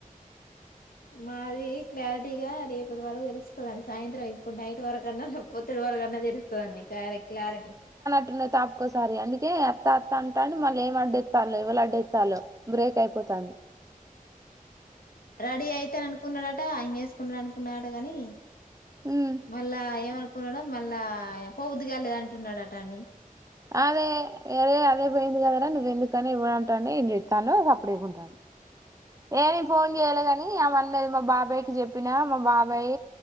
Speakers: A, on the left; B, on the right.
A: మాది క్లారిటీగా రేపటి వరకు తెలుస్తదని సాయంత్రం ఇప్పుడు నైట్ వరకు అన్నా రేపు పొద్దు. ఇది వరకు అన్నా తెలుస్తదండి కారి క్లారిటీ.
B: నాన్ తాపుకోసారి అందుకే. త అంటాడు మళ్ళ ఏం వడ్డిస్తాలే లడెత్తాలో బ్రేక్ అయిపోతాంది.
A: రెడీ అయితాననుకున్నాడాట అంగి వేసుకున్నాడు అనుకున్నాడు అంట కాని.
B: ఉమ్,
A: మళ్ళా ఏమి అను. కొనడం మళ్ళా పోబుద్ధి కాలేదు అంటున్నాడు అంట అండి.
B: అదే అరే అదే పోయింది కద రా నువ్వెందుకనీ ఎవ్వడంటాండో ఏం చేస్తున్నాడో సప్పుడు లేకుండా ఉంటాడు. ఏమ్ ఫోన్ చేయలేధని ఆమ్ ది మా బాబాయయికి చెప్పినా మా బాబాయ్